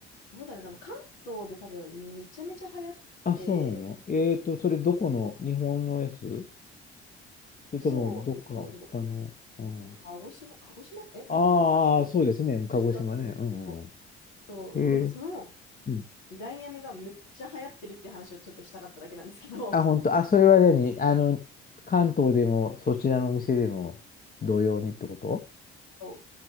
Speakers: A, on the left; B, on the left.
A: どうだろうな、関東で多分めちゃめちゃ流行って、
B: あ、そうなのえーと、それどこの、
A: そ
B: 日本のやつそれともどっか他の、
A: う、そう、えっと、どこだっけ
B: うん。
A: 鹿児島、鹿児島、え、どこだったかなちょっと忘れ、
B: ああ、そうですね。
A: ちょっと忘れちゃったんですけど、
B: 鹿児島ね。うんうんうん。
A: そう、
B: えー、
A: でもその
B: うん。
A: ダイヤメがめっちゃ流行ってるっていう話をちょっとしたかっただけなんですけど、
B: あ、本当。あ、それは何あの、関東でも、そちらのお店でも、同様にってこと
A: <laughs> そう、